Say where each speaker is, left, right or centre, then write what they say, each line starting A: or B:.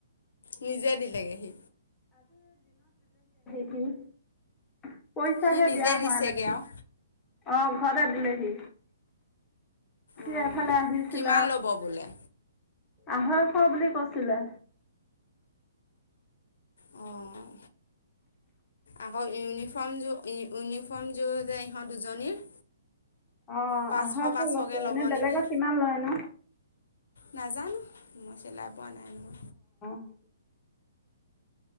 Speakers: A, on the left (about 80°); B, on the left (about 15°).
A: নিজে দিলেগে সি,
B: ক <unintelligible> পইচাহে
A: সি নিজে
B: দিয়া
A: দিছেগে
B: হোৱা নাই।
A: আৰু
B: অ ঘতে দিলেহি। সি
A: অঁ
B: এফালে আহিছিলে।
A: কিমান ল'ব বোলে?
B: আহৈশ বুলি কৈছিলে।
A: অঁ আকৌ ইউনিফৰ্ম মোৰ, ইউনিফৰ্ম যোৰ যে ইহঁত দুজনীৰ
B: অ
A: পাঁচশ
B: আহেশ
A: পাঁচশকৈ
B: লৈছে।
A: ল'ব
B: এনে বেলেগত
A: নেকি
B: কিমান লয়নো,
A: নাজানো মই চিলাই- বানাইন <unintelligible>
B: অ